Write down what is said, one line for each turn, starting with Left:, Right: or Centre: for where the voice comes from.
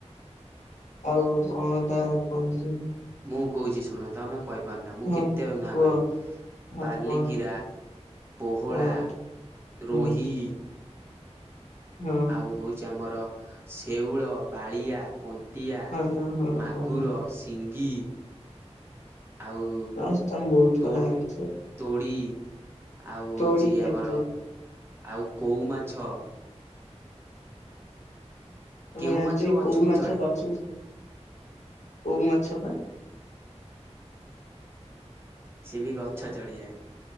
Left: ଆଉ କଣ ତ କହ?
Right: ମୁଁ କହୁଛି ଶୁଣ -ତମେ କହିପାରୁ ନା ମୁଁ
Left: ହଁ
Right: କେତେ ନାଁ
Left: କୁହ
Right: କହିବି,
Left: ହଁ
Right: ବାଲିକିରା
Left: କୁହ
Right: ପୋହଳା,
Left: ହଁ ହୁଁ
Right: ରୋହି
Left: ହଁ
Right: ଆଉ ହଉଛି ଆମର, ଶେଉଳ, ବାଳିଆ, କଣ୍ଟ ପଟିଆ,
Left: ହଁ ହଁ ହଁ
Right: ମାଗୁର,
Left: ହଁ ହଁ।
Right: ସିଙ୍ଗି ଆଉ
Left: ବାସ୍ ତମେ ବହୁତ
Right: ତୋ
Left: କଥା ଜାଣିଛ
Right: ତୋଡ଼ି ଆଉ ହଉଛି
Left: ତୋଡି ଯାଇଛ
Right: ଆମର- ଆଉ କଉ ମାଛ।
Left: ତମେ
Right: କେଉଁ
Left: ଜାଣିଛ,
Right: ମାଛ ଗଛକୁ
Left: କୋଉ ମାଛ
Right: ଚଢେ?
Left: ଗଛ, କୋଉ ମାଛ ପା।
Right: ସି ବି ଗଛ ଚଢିଯାଏ।